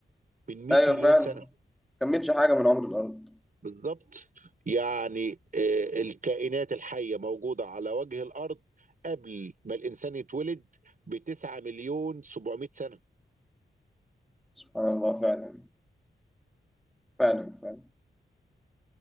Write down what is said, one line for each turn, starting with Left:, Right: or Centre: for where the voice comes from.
Right: من 100
Centre: أيوه
Right: مليون
Centre: فعلا
Right: سنه
Centre: ما كملش حاجة من عمر الأرض
Right: بالظبط يعني آه، الكائنات الحيه موجوده على وجه الارض قبل ما الانسان يتولد ب 9 مليون 700 سنه
Centre: سبحان الله فعلا فعلا فعلا